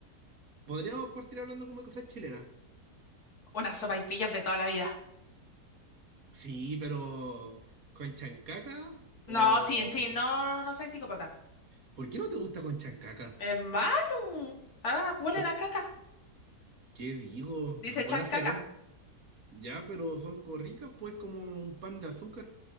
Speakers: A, on the right; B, on the left.
A: Podríamos partir hablando como de cosas chilenas.
B: Unas sopaipillas de toda la vida.
A: Sí, pero con chancaca o...
B: No, sí, en sí, no, no soy psicópata.
A: ¿Por qué no te gusta con chancaca?
B: Es malo. Ah, huelen
A: So-
B: a caca.
A: ¿Qué digo?
B: Dice
A: En
B: chan
A: bola
B: caca.
A: se ven. Ya, pero son corricas, pues como un pan de azúcar.